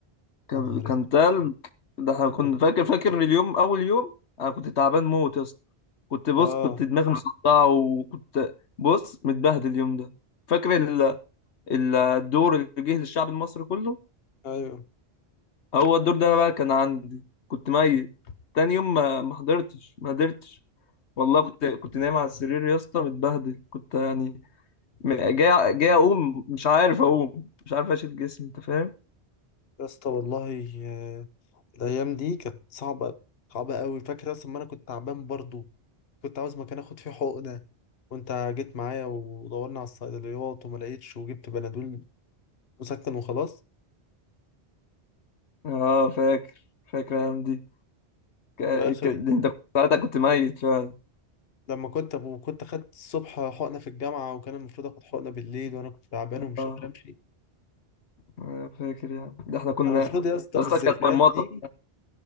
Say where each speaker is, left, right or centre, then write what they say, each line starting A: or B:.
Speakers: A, on the left; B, on the left.
A: كان
B: يا نهار
A: كان تلج ده احنا كنت
B: اسود
A: فاكر فاكر اليوم اول يوم انا كنت تعبان موت يا اسطى كنت بص
B: اه
A: كنت دماغي مصدعه وكنت بص متبهدل اليوم ده فاكر ال... ال- الدور اللي جه للشعب المصري كله
B: ايوه
A: هو الدور ده بقى كان عندي كنت ميت تاني يوم ما ما حضرتش ما قدرتش والله كنت كنت نايم على السرير يا اسطى متبهدل كنت يعني م- جاي جاي اقوم مش عارف اقوم مش عارف اشيل جسمي انت فاهم
B: يا اسطى والله آه، الايام دي كانت صعبه صعبه قوي فاكر اصلا ما انا كنت تعبان برضو كنت عاوز مكان اخد فيه حقنه وانت جيت معايا ودورنا على الصيدليات وما لقيتش وجبت بنادول مسكن وخلاص
A: اه فاكر فاكر الايام دي ك...
B: واخر
A: ك... ده انت كنت ساعتها كنت ميت فعلا
B: لما كنت ابو كنت خدت الصبح حقنه في الجامعه وكان المفروض اخد حقنه بالليل وانا كنت تعبان ومش
A: اه
B: قادر امشي
A: أنا فاكر يعني ده احنا كنا
B: انا المفروض يا اسطى
A: يا
B: بالذكريات
A: اسطى كانت مرمطة
B: دي